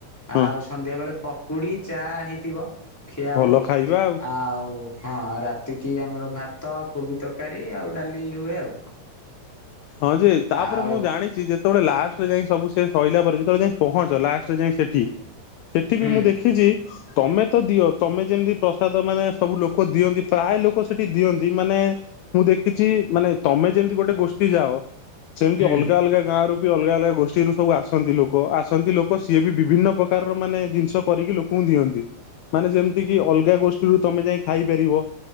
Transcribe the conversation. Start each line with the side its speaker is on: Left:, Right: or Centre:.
Left: ହଁ
Centre: ଆଉ ସନ୍ଧ୍ୟା ବେଳେ ପକୁଡି ଚା ହେଇଥିବ ଖିଆ
Left: ଭଲ
Centre: ହବ
Left: ଖାଇବା
Centre: ଆଉ ହଁ ରାତିକି ଆମର ଭାତ କୋବି ତରକାରୀ ଆଉ ଡାଲି ହୁଏ ଆଉ।
Left: ହଁ ଯେ ତାପରେ
Centre: ଆଉ
Left: ମୁଁ ଜାଣିଛି ଯେ ସେତେବେଳେ ଲାଷ୍ଟରେ ଯାଇ ସବୁ ସେ ସରିଲ ପରେ ଯେତେବେଳେ ଯାଇ ପହଞ୍ଚ ଲଷ୍ଟରେ ଯାଇଁ ସେଠି ସେଠି ବି
Centre: ହୁଁ
Left: ମୁଁ ଦେଖିଛି। ତମେ ତ ଦିଅ ତମେ ଯେମିତି ପ୍ରସାଦ ମାନେ ସବୁ ଲୋକ ଦିଅନ୍ତି ପ୍ରାୟ ଲୋକ ସେଠି ଦିଅନ୍ତି ମାନେ ମୁଁ ଦେଖିଛି ମାନେ ତମେ ଯେମିତି ଗୋଟେ ଗୋଷ୍ଠୀ ଯାଅ ସେମିତି
Centre: ହୁଁ
Left: ଅଲଗା ଅଲଗା ଗାଁ ରୁ ଅଲଗା ଅଲଗା ଗୋଷ୍ଠୀରୁ ସବୁ ଆସନ୍ତି ଲୋକ ଆସନ୍ତି ଲୋକ ସିଏ ବି ବିଭିନ୍ନ ପ୍ରକାରର ମାନେ ଜିନିଷ କରିକି ଲ ମୁଁ ଦିଅନ୍ତି ମାନେ ଯେମିତି କି ଅଲଗା ଗୋଷ୍ଠୀରୁ ତମେ ଯାଇ ଖାଇପାରିବ